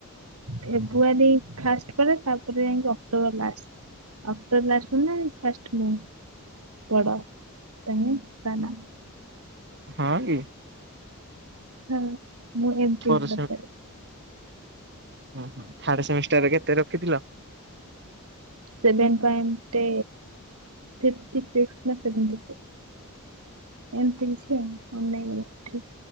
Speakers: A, on the right; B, on the right.
A: ଫେବୃୁଆରୀ ଫାଷ୍ଟ ପରେ ତାପରେ ଯାଇକି October last. October last <unintelligible> first ମୁଁ ବଡ଼। ଇତାନି ଇସାନା।
B: ହଁ କି?
A: ହଁ ମୁଁ ଏମିତି
B: ଫୋର୍
A: ସତରେ।
B: ଓ ଥାର୍ଡ ସେମିଷ୍ଟାରରେ କେତେ ରଖିଥିଲ?
A: ସେଭନ୍ ପଏଣ୍ଟ ଫିଫ୍ଟୀ ସିକ୍ସି ନା ସେଭେଣ୍ଟୀ ସିକ୍ସି। ଏମିତି କିଛି ଆଉ ଅନେଇ